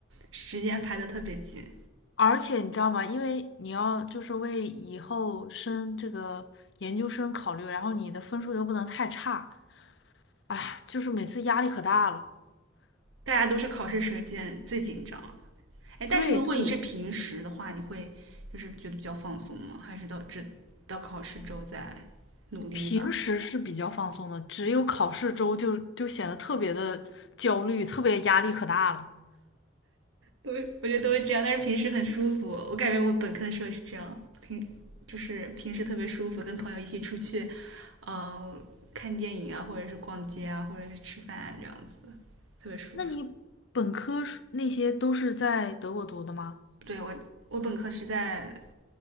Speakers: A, on the right (about 85°); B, on the left (about 65°).
A: 时间排的特别紧，
B: 而且你知道吗？因为你要就是为以后升这个研究生考虑，然后你的分数又不能太差，<sniffs> <sighs> 就是每次压力可大了。
A: 大家都是考试时间最紧张。哎，但是如果你是平时的话，
B: 对对，
A: 你会就是觉得比较放松吗？还是到这到考试之后再努力一把？
B: 平时是比较放松的，只有考试周就就显得特别的焦虑，特别压力可大了。
A: 都我觉得都是这样，但是平时很舒服。我感觉我本科的时候是这样，平就是平时特别舒服，跟朋友一起出去，呃，看电影啊，或者是逛街啊，或者是吃饭啊，这样子特别舒服。
B: 那你本科是那些都是在德国读的吗？
A: 对我，我本科是在